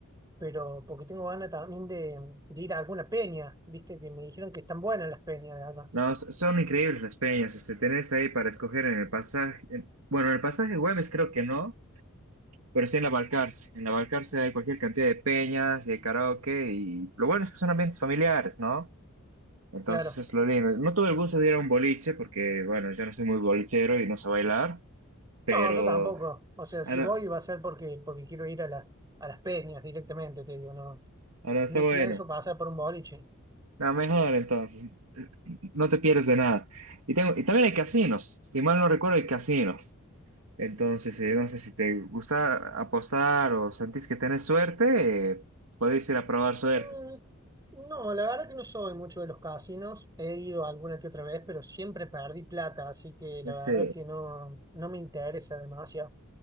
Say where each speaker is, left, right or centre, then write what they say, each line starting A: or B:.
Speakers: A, on the right; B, on the right.
A: pero porque tengo ganas también de, de ir a alguna peña, viste, que me dijeron que están buenas las peñas de allá.
B: No, s- son increíbles las peñas, este, tenés ahí para escoger en el pasaje, en- bueno, en el pasaje Güemes creo que no, pero sí en la Balcarce. En la Balcarce hay cualquier cantidad de peñas y de karaoke y lo bueno es que son ambientes familiares, ¿no? Entonces
A: Claro.
B: es lo lindo. No tuve el gusto de ir a un boliche porque, bueno, yo no soy muy bolichero y no sé bailar, pero...
A: No, yo tampoco. O sea, si
B: Ah, no,
A: voy va a ser porque, porque quiero ir a, la- a las peñas directamente, te digo, no.
B: ah, no, está
A: Ni
B: bueno.
A: pienso pasar por un boliche.
B: No, mejor entonces. No te pierdes de nada. Y, tengo, y también hay casinos. Si mal no recuerdo, hay casinos. Entonces, eh, no sé si te gusta apostar o sentís que tenés suerte, eh, podéis ir a probar suerte.
A: Mm, no, la verdad que no soy mucho de los casinos. He ido alguna que otra vez, pero siempre perdí plata, así que la
B: Sí,
A: verdad que no, no me interesa demasiado.